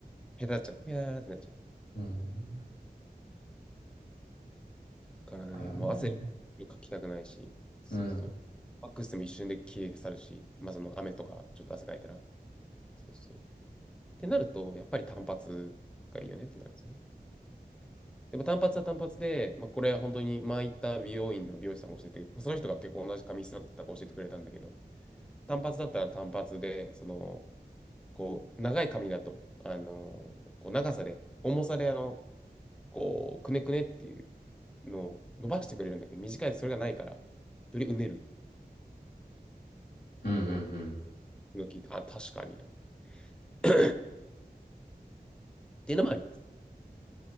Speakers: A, in the centre; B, on the left.
A: 下手っちゃう。いやーってなっちゃう。
B: うん、うん。
A: からね、
B: 髪はね。
A: もう汗かきたくないし、そうそう。
B: うん、
A: ワックスでも一瞬で消え去るし、まあその雨とかちょっと汗かいたら、そうそう。ってなると、やっぱり単発がいいよねってなるんですよね。でも単発は単発で、まあ、これは本当に前行った美容院の美容師さんが教えて、その人が結構同じ髪質だったから教えてくれたんだけど、単発だったら単発で、その、こう、長い髪だと、あのこう長さで、重さで、あの、こう、くねくねっていうのを伸ばしてくれるんだけど、短いとそれがないから、よりうねる
B: うん、うん、うん。
A: 今聞いて、あ、確かにだ <coughs> っていうのもあります。